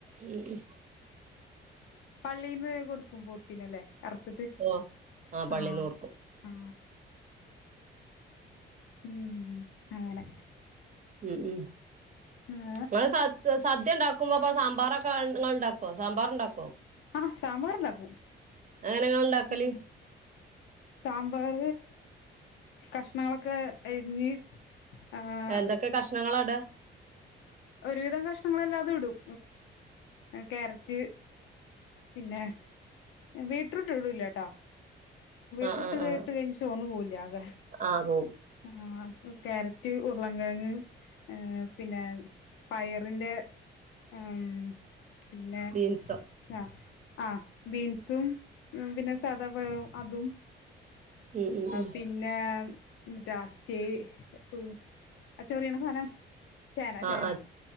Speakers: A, on the right; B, on the left.
A: ഉം ഉം
B: പള്ളിന്ന് കൊടുക്കും പോത്തീനല്ലേ അറത്തിട്ട്
A: ഓഹ് ആഹ് പള്ളീന്ന്
B: ആ
A: കൊടുക്കും
B: ആ ഉം അങ്ങനെ
A: മ്മ് മ്മ്
B: ഏഹ്
A: വളരെ സ സദ്യ ഉണ്ടാക്ക ആക്കുമ്പോ സാമ്പാറൊക്കെ ഉണ്ടാക്കുവോ സാമ്പാർ ഉണ്ടാക്കോ
B: ആഹ സാമ്പാർ ഉണ്ടാക്കും
A: അതെങ്ങനെ ഇങ്ങള് ഇണ്ടാക്കല്
B: ഉം സാമ്പാർ കഷ്ണങ്ങളൊക്കെ അരിഞ്ഞ് ആഹ്
A: എന്തൊക്കെ കഷ്ണങ്ങളട
B: ഒരുവിധം കഷ്ണങ്ങളല്ലാതെ ഇടും ക്യാരറ്റ് പിന്നെ ബീറ്റ്റൂട്ട് ഇടുല്ലട്ടോ ബീറ്റ്റൂട്ട്
A: ആഹ് ആഹ് ആഹ്
B: ഇട്ടുകഴിഞ്ഞ ചൊവന്നു പോവില്ല ആകെ
A: ആഹ് പോവും
B: ആ ക്യാരറ്റ് ഉരുളകിഴങ്ങ് പിന്നെ പയറിന്റെ ഉ പിന്നെ
A: ബീൻസോ
B: ആ ആ ബീൻസും പിന്നെ സാദാപയറും അതും
A: ഉം ഉം ഉം
B: പിന്നെ ഇറ്റാ ചേ ഒ അ ച്ചോറിയണസാനം ചേന ചേന
A: ആഹ് ആഹ്